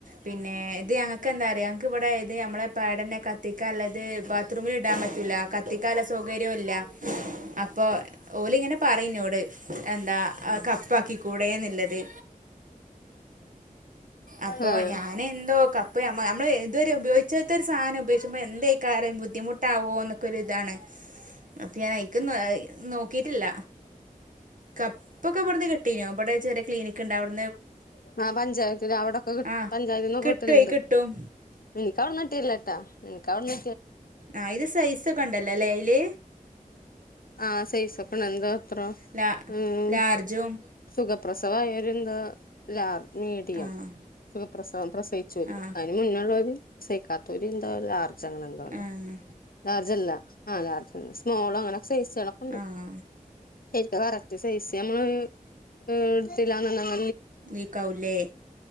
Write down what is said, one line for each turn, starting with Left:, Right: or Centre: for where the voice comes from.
Right: പിന്നെ ഇത് ഞങ്ങക്ക് എന്താറിയോ ഞങക്ക് ഇവിടെ ഇത് നമ്മളെ പാടന്നേ ക കത്തിക്കാല്ലത് ബാത്റൂമിൽ ഇടാൻ പറ്റൂല കത്തിക്കാല സൗകര്യവുല്ല അപ്പൊ ഓലിങ്ങനെ പറയുന്നോട് എന്താ കപ്പാക്കി കൂടെയെന്നുള്ളത് അപ്പൊ
Left: ആഹ്
Right: ഞാനെന്തോ കപ്പ് നമ്മള് ഇതുവരെ ഉപയോഗിചാത്ത ഒരു സാധനം ഉപയോഗിചുമ്പോ എന്തോ എന്തയ്ക്കാരം ബുദ്ധിമുട്ടാവോ എന്നൊക്കെ ഒരിതാണ് അപ്പൊ ഞാനയിക്കുന്ന നോക്കിട്ടില്ല കപ്പൊക്കെ ഇബടെന്നു കിട്ടീനു ഇബടെ ചെറിയ ക്ലിനിക്ക് ഇണ്ടാവടെ
Left: ആ പഞ്ചായത്തില് അവിടൊക്കെ
Right: ആഹ്
Left: പഞ്ചായത്തിന്നൊക്കെ
Right: കിട്ടുവേ
Left: കിട്ടലുണ്ട്
Right: കിട്ടും
Left: എനിക്ക അവിടന്നിട്ടീലാട്ടാ നിക്ക അവിടന്ന്
Right: ആ ഇത് സൈസൊക്കെ ഉണ്ടല്ലോ ലേ അയില്
Left: ആ സൈസൊപ്പണ എന്തോ അത്രോ
Right: ലാ
Left: ഉം
Right: ലാർജും
Left: സുഖ പ്രസവമായോര് എന്താ ലാർജ് മീഡിയം
Right: ആഹ്
Left: സുഖപ്രസം പ്രസയിചോര്
Right: ആഹ്
Left: അതിന് മുന്നുള്ളോര് പ്രസയിക്കാത്തൂരി എന്താ ലാർജ് അങ്ങനെ എഎന്തോണ്ട്
Right: ആഹ്
Left: ലാർജ് അല്ല ആല്ല സ്മോളോ അങ്ങന സൈസുകളൊക്കെണ്ട്
Right: ആഹ്
Left: ശരിക്ക് കറക്റ്റ് സൈസ് നമ്മള് എടുത്തില്ലാന്ന്‌ണ്ട്ന്ന്‌
Right: ലീക്കാവുലേ